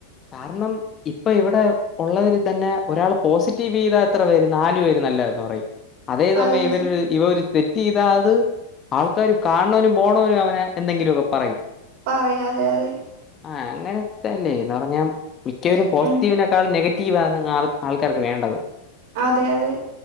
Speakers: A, on the left; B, on the right.
A: കാരണം ഇപ്പൊ ഇവിടെ ഉള്ളതിൽ തന്നെ ഒരാൾ പോസിറ്റീവ് ചെയ്താ എത്ര പേര് നാലു പേര് നല്ലതാന്ന് പറയും. അതേസമയം
B: അതെ, അതെ.
A: ഇവരൊര് ഇവര് ഒരു തെറ്റ് ചെയ്താ അത് ആൾക്കാർ കാണ് ണോനും പോണവനും അവനെ എന്തെങ്കിലു ഒക്കെ പറയും.
B: പറയും അതെ അതെ.
A: ആഹ് അങ്ങനത്തെ അല്ലേ എന്ന് പറഞ്ഞാ മിക്കവരും പോസിറ്റീവിനേക്കാളും
B: ഉം.
A: നെഗ റ്റീവാണ് ആൾ ആൾക്കാർക്ക് വേണ്ടത്.
B: അതെ അതെ.